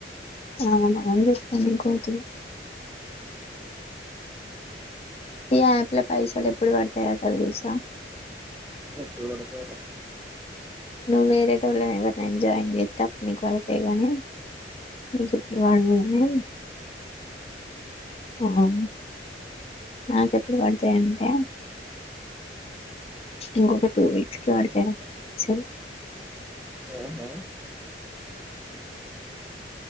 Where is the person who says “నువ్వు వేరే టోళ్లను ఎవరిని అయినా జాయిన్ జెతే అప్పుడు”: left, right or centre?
Left